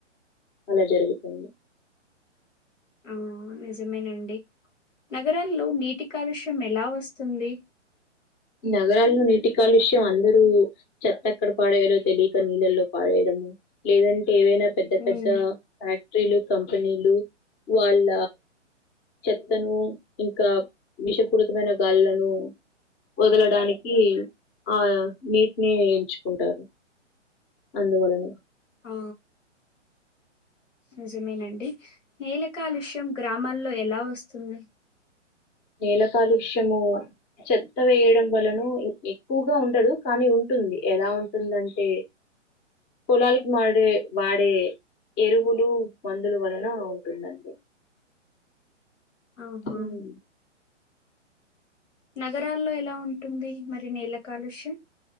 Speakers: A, on the left; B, on the left.
A: అలా జరుగుతుంది
B: ఆ నిజ్ నిజమేనండి నగరాల్లో నీటి కాలుష్యం ఎలా వస్తుంది
A: నగరాల్లో నీటి కాలుష్యం అందరూ చెత్త ఎక్కడ పాడేయల్లో తెలియక నీళ్ళల్లో పాడేయడము లేదం ఏవైనా పెద్ద
B: హ్మ్.
A: పెద్ద ఫ్యాక్టరీలు కంపెనీలు వాళ్ళ చెత్తను ఇంకా విషపురు తమైన గాళ్లను వదలడానికి ఆ నీటిని ఎంచుకుంటారు అందువలన
B: ఆ నిజమేనండి నేల కాలుష్యం గ్రామాల్లో ఎలా వస్తుంది
A: నేల కాలుష్యము చెత్త వేయడం వలనో ఎక్కువగా ఉండదు కానీ ఉంటుంది ఎలా ఉంటుందంటే పొలాలకి మాడే వాడ్ డే ఎరువులు మందులు వలన ఉంటుందండి
B: అఔహా
A: హ్మ్.
B: నగరాల్లో ఎలా ఉంటుంది మరి నేల కాలుష్యం